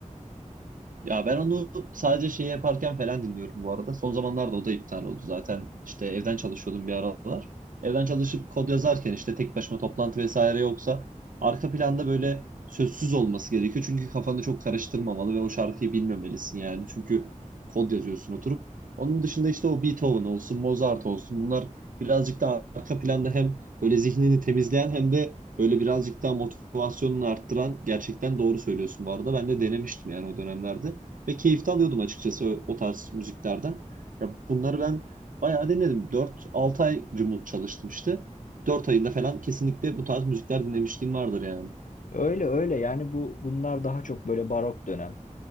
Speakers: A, on the right; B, on the left.
A: Ya ben onu sadece şey yaparken falan dinliyorum bu arada. Son zamanlarda o da iptal oldu zaten. İşte evden çalışıyordum bir aralar. Evden çalışıp kod yazarken işte tek başıma toplantı vesaire yoksa arka planda böyle sözsüz olması gerekiyor. Çünkü kafanı çok karıştırmamalı ve o şarkıyı bilmemelisin yani. Çünkü kod yazıyorsun oturup. Onun dışında işte o Beethoven olsun, Mozart olsun bunlar birazcık da arka planda hem böyle zihnini temizleyen hem de böyle birazcık daha motivasyonunu arttıran gerçekten doğru söylüyorsun bu arada. Ben de denemiştim yani o dönemlerde ve keyif de alıyordum açıkçası o, o tarz müziklerden. Ya bunları ben bayağı denedim. dört 6 ay remote çalıştım işte. dört ayında falan kesinlikle bu tarz müzikler dinlemişliğim vardır yani.
B: Öyle öyle yani bu bunlar daha çok böyle barok dönem.